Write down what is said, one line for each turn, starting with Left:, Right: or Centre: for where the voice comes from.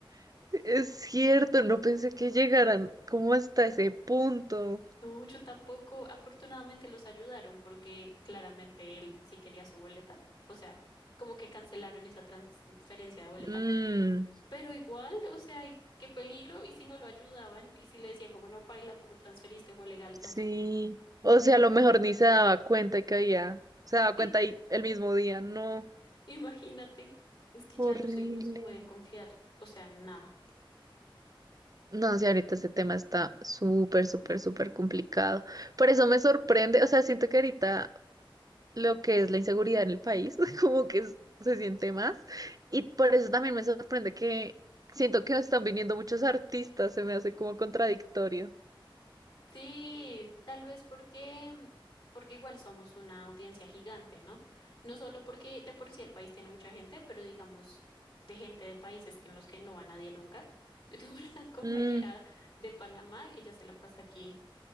Right: Es cierto, no pensé que llegaran como hasta ese punto.
Left: No, yo tampoco. Afortunadamente los ayudaron porque claramente él sí quería su boleta. O sea, como que cancelaron esa transferencia de boleta.
Right: Mm,
Left: Pero igual, o sea, y qué peligro. Y si no lo ayudaban y si le decían como no, paila, tú lo transferiste, fue legal.
Right: sí.
Left: No sé.
Right: O sea, a lo mejor ni se daba cuenta que había. Se daba
Left: Sí,
Right: cuenta ahí el mismo día. No,
Left: imagínate. Es que
Right: horrible.
Left: ya no se, no se puede confiar, o sea, en nada.
Right: No, sí, ahorita ese tema está súper, súper, súper complicado. Por eso me sorprende. O sea, siento que ahorita lo que es la inseguridad en el país, <laughs> como que es- se siente más. Y por eso también me sorprende que siento que están viniendo muchos artistas. Se me hace como contradictorio.
Left: Sí, tal vez porque, mm, porque igual somos una audiencia gigante, ¿no? No solo porque de por sí el país tiene mucha gente, pero digamos de gente de países que en los que no va nadie nunca. Yo tengo <laughs> una compañera
Right: Mm,
Left: de Panamá, ella se la pasa aquí,